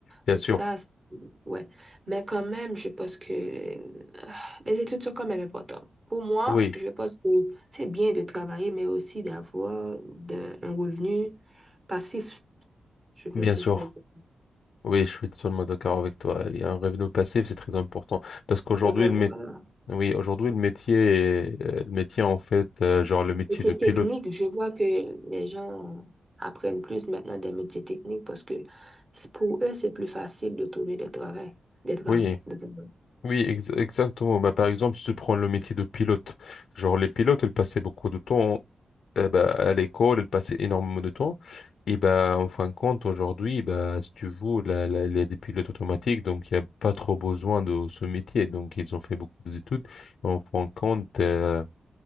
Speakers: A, on the left (about 75°); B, on the right (about 35°).
A: Bien
B: Donc
A: sûr,
B: ça, c'est- ouais. Mais quand même, je pense que euh, les études sont quand même importantes. Pour moi,
A: oui,
B: je pense que c'est bien de travailler, mais aussi d'avoir d'un- un revenu passif, je peux,
A: bien
B: si
A: sûr.
B: je peux dire.
A: Oui, je suis totalement d'accord avec toi. Il y a un revenu passif, c'est très important. Parce qu'aujourd'hui,
B: C'est très
A: le mét-
B: important.
A: oui, aujourd'hui, le métier, est- euh, le métier, en fait, euh, genre le métier
B: Métier
A: de pilote.
B: technique, je vois que les gens apprennent plus maintenant des métiers techniques parce que c'est- pour eux, c'est plus facile de trouver des travaux, des travaux,
A: Oui,
B: des travaux.
A: oui, ex- exactement. Bah, par exemple, si tu prends le métier de pilote, genre les pilotes, ils passaient beaucoup de temps eh ben, à l'école, elle passait énormément de temps. Et bah en fin de compte, aujourd'hui, bah si tu veux, la, la, les des pilotes automatiques, donc il n'y a pas trop besoin de ce métier. Donc, ils ont fait beaucoup d'études. En fin de compte, euh,